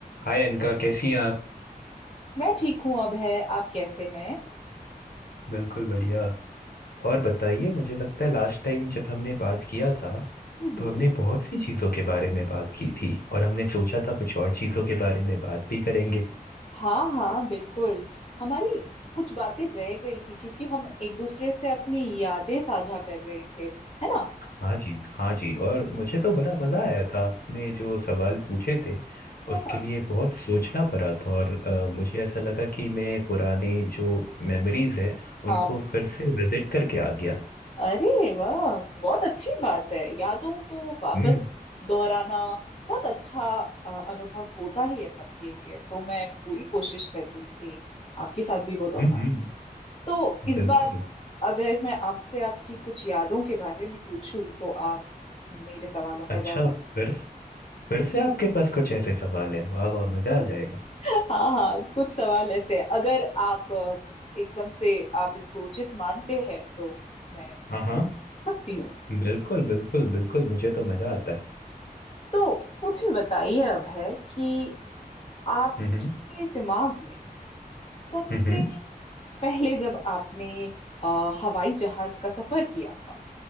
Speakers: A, on the left; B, on the left.
A: हाय अनका कैसी हैं आप
B: मैं ठीक हूँ अब है आप कैसे हैं
A: बिल्कुल बढ़िया और बताइए मुझे लगता है लास्ट टाइम जब हमने बात किया था
B: हम्म
A: तो हमने बहुत सी चीज़ों के बारे में बात की थी और हमने सोचा था कुछ और चीज़ों के बारे में बात भी करेंगे
B: हाँ हाँ बिल्कुल हमारी कुछ बातें रह गई थी क्योंकि हम एक दूसरे से अपनी यादें साझा कर रहे थे है ना
A: हाँ जी हाँ जी और मुझे तो बड़ा मज़ा आया था आपने जो सवाल पूछे थे
B: हाँ
A: उसके लिए बहुत सोचना पड़ा था और अ, मुझे ऐसा लगा कि मैं पुराने जो मेमोरीज हैं
B: हाँ,
A: उनको फिर से विजिट करके आ गया
B: अरे वाह बहुत अच्छी बात है यादों को वापस
A: हम्म
B: दोहराना बहुत अच्छा अ, अनुभव होता ही है सबके लिए तो मैं पूरी कोशिश कर रही थी आपके साथ भी वो दोहराना
A: हम्म हम्म,
B: तो इस
A: बिल्कुल
B: बार अगर मैं आपसे आपकी कुछ यादों के बारे में पूछूं तो आप मेरे सवालों का
A: अच्छा
B: जवाब
A: फिर फिर से आपके पास कुछ ऐसे सवाल हैं वाह वाह मजा आ जाएगा
B: <laughs> हाँ हाँ कुछ सवाल ऐसे हैं। अगर आप अ, एकदम से आप इसको उचित मानते हैं तो मैं
A: हाँ
B: सब
A: हाँ
B: सकती हूँ
A: बिल्कुल बिल्कुल बिल्कुल मुझे तो मजा आता है
B: तो मुझे बताइए अब है कि आपके
A: हम्म
B: दिमाग में सबसे
A: हम्म
B: पहले जब आपने अ, हवाई जहाज का सफर किया था